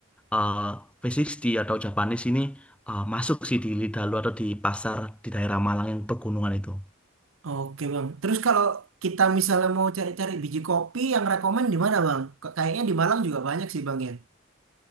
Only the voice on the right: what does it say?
Oke bang. Terus kalau kita misalnya mau cari-cari biji kopi yang rekomen di mana bang? K- Kayaknya di Malang juga banyak sih bang ya.